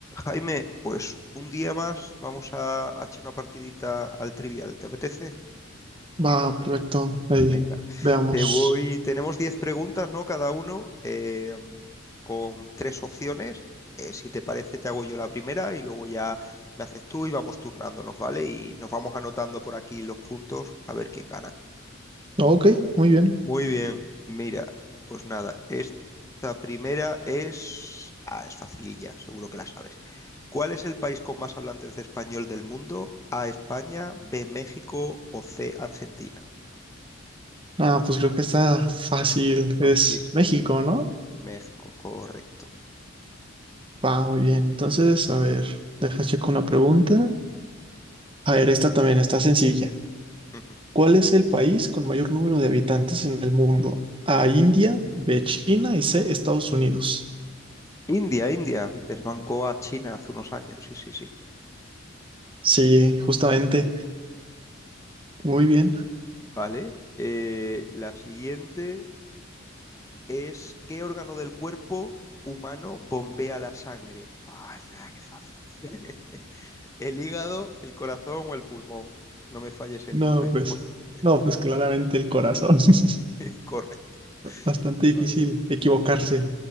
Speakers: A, on the left; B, on the right.
A: Jaime, pues un día más vamos a a echar una partidita al trivial, ¿te apetece?
B: Va, perfecto. Ahí,
A: Venga,
B: veamos.
A: te voy, tenemos 10 preguntas, ¿no? Cada uno eh, con tres opciones. Eh, si te parece, te hago yo la primera y luego ya me haces tú y vamos turnándonos, ¿vale? Y nos vamos anotando por aquí los puntos a ver quién gana.
B: Ok, muy bien.
A: Muy bien, mira, pues nada, esta primera es... Ah, es facililla, seguro que la sabes. ¿Cuál es el país con más hablantes de español del mundo? A, España, B, México o C, Argentina.
B: Ah, pues creo que está fácil.
A: Facilísimo.
B: Es México, ¿no?
A: México, correcto.
B: Va, muy bien. Entonces, a ver, deja checo una pregunta. A ver, esta también está sencilla.
A: Ujú.
B: ¿Cuál es el país con mayor número de habitantes en el mundo? A, India, B, China y C, Estados Unidos.
A: India, India, desbancó a China hace unos años, sí, sí, sí.
B: Sí, justamente. Muy bien.
A: Vale, eh, la siguiente es ¿qué órgano del cuerpo humano bombea la sangre? Ah, es verdad, qué fácil. <laughs> el hígado, el corazón o el pulmón. No me falles esta,
B: No,
A: Jaime,
B: pues,
A: por favor.
B: no, pues claramente el corazón. <laughs>
A: <laughs> Correcto.
B: Bastante difícil
A: Vale, vale.
B: equivocarse.
A: Sí,